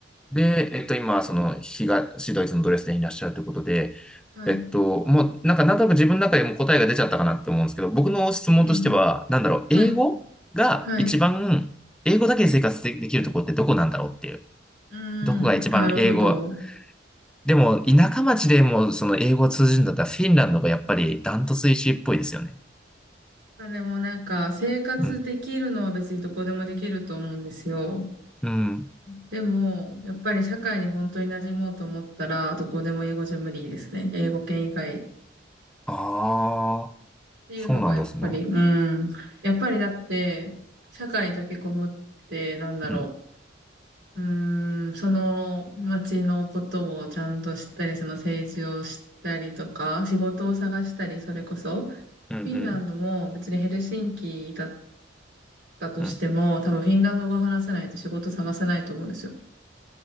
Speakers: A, in the centre; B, on the right (about 75°).
A: で、えっと、今、その、東ドイツのドレスデンにいらっしゃるということで、
B: はい。
A: えっと、もう、なんか、なんとなく自分の中でも答えが出ちゃったかなって思うんですけど、僕の質問としては、
B: うんうん。
A: なんだろう、
B: はい。
A: 英語が一番、
B: はい。
A: 英語だけで生活できるところってどこなんだろうっていう、
B: うん。
A: どこが一番英語
B: なるほど。
A: でも、田舎町でも、その英語を通じるんだったら、フィンランドがやっぱりダントツ1位っぽいですよね。
B: まあでもなんか、生活できるのは別にどこでもできると思うんですよ。
A: うん。うん。
B: でも、やっぱり社会に本当に馴染もうと思ったら、どこでも英語じゃ無理ですね。英語圏以外
A: ああ、
B: ていうのがやっぱり、
A: そうなんですね。
B: うん。やっぱりだって、社会に溶け込むって、なんだろ
A: うん。
B: う。うん、その街のことをちゃんと知ったり、その政治を知ったりとか、仕事を探したり、それこそ、フ
A: うんうん
B: ィンランドも別にヘルシンキだったとしても、
A: うん。
B: 多分フィンランド語を話せないと仕事探せないと思うんですよ。